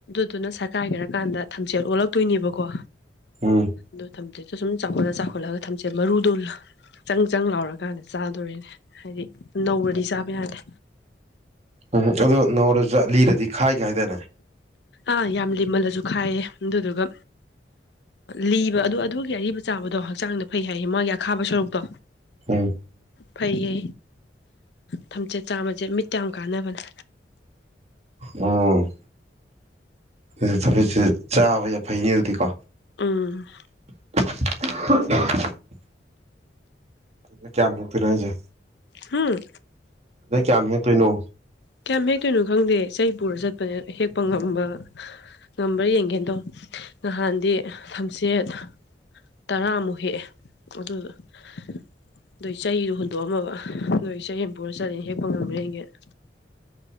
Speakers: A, on the left; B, on the right.
A: ꯑꯗꯨꯅ ꯁꯔꯀꯥꯏꯒꯦꯔꯀꯥꯟꯗ ꯊꯝꯆꯦꯜꯠ ꯑꯣꯜꯂꯛꯇꯣꯏꯅꯦꯕꯀꯣ
B: ꯎꯝ
A: ꯗꯣ ꯊꯝꯆꯦꯠ ꯁꯨ ꯁꯨꯝ ꯆꯥꯎꯈꯠꯂ ꯆꯥꯎꯈꯠꯂꯒ ꯊꯝꯆꯦꯠ ꯃꯔꯨꯗꯣ ꯆꯪ ꯆꯪ ꯂꯥꯎꯔꯀꯥꯟꯗ ꯆꯥꯗꯣꯔꯤꯅꯦ ꯍꯥꯏꯗꯤ ꯅꯧꯔꯗꯤ ꯆꯥꯕ ꯌꯥꯗꯦ
B: ꯎꯝ ꯑꯗꯨꯗ ꯅꯧꯔ ꯆ ꯂꯤꯔꯗꯤ ꯈꯥꯏ ꯀꯥ ꯢ ꯍꯥꯏꯗꯥꯢꯅꯦ
A: ꯑꯥ ꯌꯥꯝ ꯂꯤꯃꯜꯂꯁꯨ ꯈꯥꯏꯌꯦ ꯑꯗꯨꯗꯨꯒ ꯂꯤꯕ ꯑꯗꯨ ꯑ-ꯗꯨꯒꯤ ꯑꯔꯤꯕ ꯆꯥꯕꯗꯣ ꯍꯛꯆꯥꯡꯗ ꯐꯩ ꯍꯥꯏꯌꯦ ꯃꯣꯢꯒꯤ ꯑꯈꯥꯕ ꯁꯔꯨꯛꯇꯣ
B: ꯎꯝ
A: ꯐꯩꯌꯦ ꯊꯝꯖꯦꯠ ꯆꯥꯕꯁꯦ ꯃꯤꯠꯇ ꯌꯥꯝ ꯀꯥꯟꯅꯕꯅꯦ
B: ꯎꯝ ꯑꯗꯨ ꯊꯝꯖꯦꯠꯁꯦ ꯆꯥꯕ ꯌꯥꯏ ꯐꯩꯅꯦ ꯑꯗꯨꯗꯤꯀꯣ
A: ꯎꯝ
B: <inaudible> ꯅꯣꯢ ꯀꯌꯥꯝ ꯍꯦꯛꯇꯣꯏꯅꯣ ꯍꯥꯏꯁꯦ
A: ꯍꯥꯝ
B: ꯅꯣꯏ ꯀꯥꯌꯝ ꯍꯦꯛꯇꯣꯏꯅꯣ
A: ꯀꯌꯥꯝ ꯍꯦꯛꯇꯣꯏꯅꯣ ꯈꯪꯗꯦ ꯆꯩ ꯄꯨꯔ ꯆꯠꯄꯅꯦ ꯍꯦꯛꯄ ꯉꯝꯕ ꯉꯝꯕ꯭ꯔꯥ ꯌꯦꯡꯒꯦꯗꯣ ꯅꯍꯥꯟꯗꯤ ꯊꯝꯆꯦꯠ ꯇꯔꯥꯃꯨꯛ ꯍꯦꯛꯑꯦ ꯑꯗꯨꯢ ꯆꯩꯗꯣ ꯍꯨꯟꯗꯣꯛꯑꯝꯃꯕ ꯅꯣꯏ ꯆꯩ ꯑꯃ ꯄꯨꯔ ꯆꯠꯂꯦ ꯍꯦꯛꯄ ꯉꯝꯕ꯭ꯔꯥ ꯌꯦꯡꯒꯦꯅ